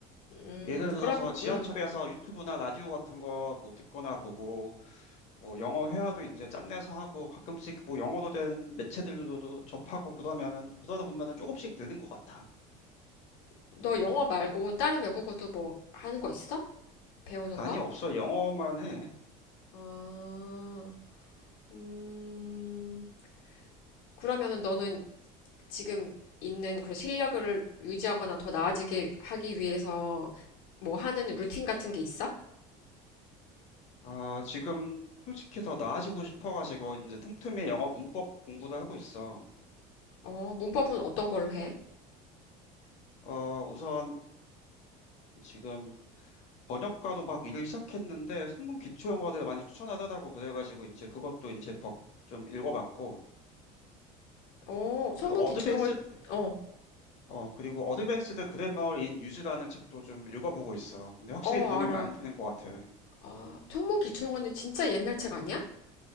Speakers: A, on the left; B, on the left.
A: 음,
B: 예를 들어서
A: 그럼,
B: 지하철에서
A: 음,
B: 유튜브나 라디오 같은 거 뭐 듣거나 보고, 뭐 영어 회화도 이제 짬내서 하고, 가끔씩 뭐 영어로 된 매체들로도 접하고 그러면은, 그러다 보면은 조금씩 느는 것 같아.
A: 너 영어 말고 다른 외국어도 뭐 하는 거 있어? 배우는
B: 아니,
A: 거?
B: 없어. 영어만 해.
A: 어, 음, 그러면은 너는 지금 있는 그런 실력을 유지하거나 더 나아지게 하기 위해서 뭐 하는 루틴 같은 게 있어?
B: 아, 지금 솔직히 더 나아지고 싶어가지고, 이제 틈틈이 영어 문법 공부도 하고 있어.
A: 어, 문법은 어떤 걸로 해?
B: 어, 우선 지금 번역가도 막 일을 시작했는데 성문 기초 영어를 많이 추천하더라고 그래가지고 이제 그것도 이제 벅- 좀 읽어봤고
A: 어, 천문
B: 또 어드밴스
A: 기초용어, 어,
B: 어 그리고 어드밴스드 그래머 인 유즈라는 책도 좀 읽어보고 있어. 근데 확실히
A: 어,
B: 도움이
A: 알아.
B: 많이 되는 것 같아.
A: 아, 천문 기초용어는 진짜 옛날 책 아니야?